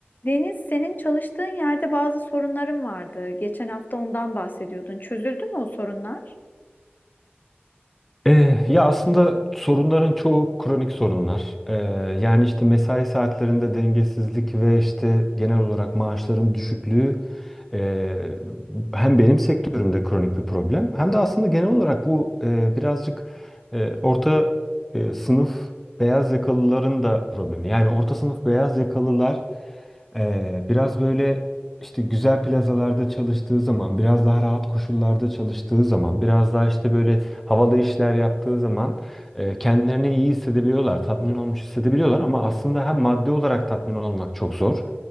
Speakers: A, on the left (about 45°); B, in the centre.
A: Deniz, senin çalıştığın yerde bazı sorunların vardı. Geçen hafta ondan bahsediyordun. Çözüldü mü o sorunlar?
B: Eee, ya aslında sorunların çoğu kronik sorunlar. Eee, yani işte mesai saatlerinde dengesizlik ve işte genel olarak maaşların düşüklüğü eee, hem benim sektörümde kronik bir problem hem de aslında genel olarak bu eee, birazcık eee, orta eee, sınıf beyaz yakalıların da problemi. Yani orta sınıf beyaz yakalılar eee, biraz böyle işte güzel plazalarda çalıştığı zaman, biraz daha rahat koşullarda çalıştığı zaman, biraz daha işte böyle havalı işler yaptığı zaman e, kendilerini iyi hissedebiliyorlar, tatmin olmuş hissedebiliyorlar ama aslında hem maddi olarak tatmin olmak çok zor